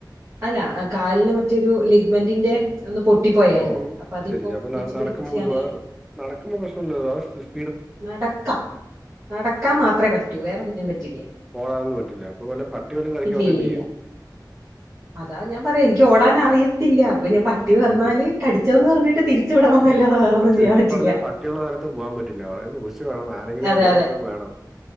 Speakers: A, on the right (about 40°); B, in the centre.
A: അല്ല കാലിന് മറ്റൊരു ലിഗ്മെന്റിന്റെ ഒന്ന് പൊട്ടിപ്പോയായിരുന്നു
B: ഓ
A: അപ്പൊ അതിപ്പോ
B: ശരി ശരി. അപ്പൊ
A: വെച്ച്
B: നടക്കുമ്പോ
A: പിടിപ്പിച്ച്
B: പൊതുവെ
A: അങ്ങനെ
B: നടക്കുമ്പോ പ്രശ്നല്ലല്ലോ <unintelligible>
A: നടക്കാം നടക്കാൻ മാത്രമേ പറ്റൂ വേറൊന്നിനും പറ്റില്ല
B: ഓടാനൊന്നും പറ്റില്ല അപ്പൊ വല്ല പട്ടി വല്ലോം കടിക്കാൻ
A: ഇല്ല
B: വന്ന
A: ഇല്ല
B: എന്ത് ചെയ്യും
A: ഇല്ല അതാ ഞാൻ പറയാം എനിക്ക് ഓടാനാറിയത്തില്ല അപ്പൊ ഞാൻ പട്ടി വന്നാല്
B: അത് ശരി.
A: കടിച്ചൊന്നു പറഞ്ഞിട്ട് തിരി ച്ച് വിടൊന്നല്ലാതെ വേറൊന്നും
B: അപ്പൊ ചുരുക്കി
A: ചെയ്യൻ പറ്റില്ല
B: പറഞ്ഞാ പട്ടിയുള്ള സ്ഥലത്ത് പോകാൻ പറ്റില്ല വളരെ സൂശിച്ച് വേണം ആരെങ്കിലും
A: അതെ
B: കൂടെ
A: അതെ
B: എപ്പോഴും വേണം